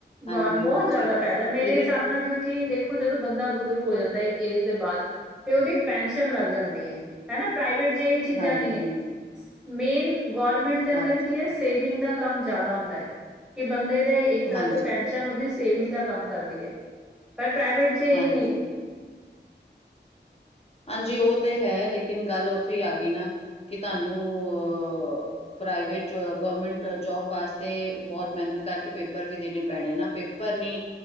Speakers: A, on the left; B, in the centre.
A: ਹਾਂਜੀ,
B: ਗੌਰਮ ਬਹੁਤ
A: ਹਾਂਜੀ।
B: ਜਿਆਦਾ
A: ਇਹਦੇ
B: ਫਾਇਦਾ ਮੇਰੇ ਹਿਸਾਬ ਨਾਲ ਤੇ ਕਿ ਦੇਖੋ ਜਦੋਂ ਬੰਦਾ ਬਜ਼ੁਰਗ ਹੋ ਜਾਂਦਾ ਇੱਕ ਏਜ ਦੇ ਬਾਅਦ, ਤੇ ਉਹਦੀ ਇੱਕ ਪੈਨਸ਼ਨ ਲੱਗ ਜਾਂਦੀ ਹੈ ਹੈਨਾ ਪ੍ਰਾਈਵੇਟ ਚ ਇਹ ਚੀਜ਼ਾਂ
A: ਹਾਂਜੀ,
B: ਨਹੀਂ ਹੈ
A: ਹਾਂਜੀ,
B: ਮੇਨ ਗੌਰੌਰਮੈਂਟ ਦੇ
A: ਹਾਂਜੀ,
B: ਅੰਦਰ ਕੀ ਹੈ ਸੇਵਿੰਗ ਦਾ ਕੰਮ ਜ਼ਿਆਦਾ ਹੁੰਦਾ ਹੈ, ਕਿ ਬੰਦੇ ਦੇ ਇੱਕ ਤਰ੍ਹਾਂ
A: ਹਾਂਜੀ,
B: ਤੋਂ ਪੈਨਸ਼ਨ ਉਹਦੀ ਸੇਵਿੰਗ ਦਾ ਕੰਮ ਕਰਦੀ ਹੈ, ਪਰ ਪ੍ਰਾਈਵੇਟ ਚ ਇਹ
A: ਹਾਂਜੀ
B: ਨਹੀਂ
A: ਹਾਂਜੀ ਉਹ ਤੇ ਹੈ ਲੇਕਿਨ ਗੱਲ ਉੱਥੇ ਹੀ ਆ ਗਈ ਨਾ, ਕਿ ਤੁਹਾਨੂੰ ਅ ਪ੍ਰਾਈਵੇਟ ਗਵਰਮੈਂਟ ਜੋਬ ਵਾਸਤੇ ਬਹੁਤ ਮਿਹਨਤ ਕਰਕੇ ਪੇਪਰ ਵੀ ਦੇਣੇ ਪੈਣੇ ਨਾ ਫਿਰ ਪਰ ਨਹੀਂ